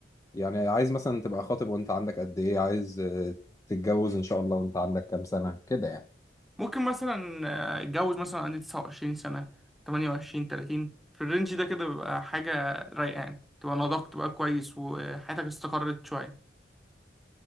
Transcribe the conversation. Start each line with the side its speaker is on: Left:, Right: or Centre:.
Left: يعني عايز مثلا تبقى خاطب وانت عندك قد ايه عايز آه، تتجوز ان شاء الله وانت عندك كام سنة كده يعني
Centre: ممكن مثلا آه، اتجوز مثلا عندي 29 سنة 28 30 في الرينج ده كده بيبقى حاجة رايقة يعني تبقى نضجت بقى كويس وحياتك استقرت شوية